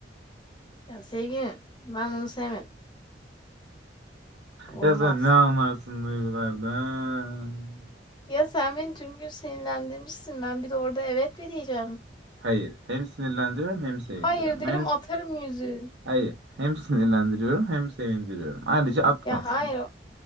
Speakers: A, on the left; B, on the right.
A: Ya sevgilim, ben bunu sevmedim. Bu
B: Ya
A: olmaz.
B: sen ne anlarsın duygulardan?
A: Ya sen beni tüm gün sinirlendirmişsin. Ben bir de orada evet mi diyeceğim?
B: Hayır. Hem sinirlendiriyorum hem sevindiriyorum.
A: Hayır derim
B: Hem
A: atarım yüzüğü.
B: hayır. Hem <laughs> sinirlendiriyorum hem sevindiriyorum. Ayrıca atmazsın.
A: Ya hayır,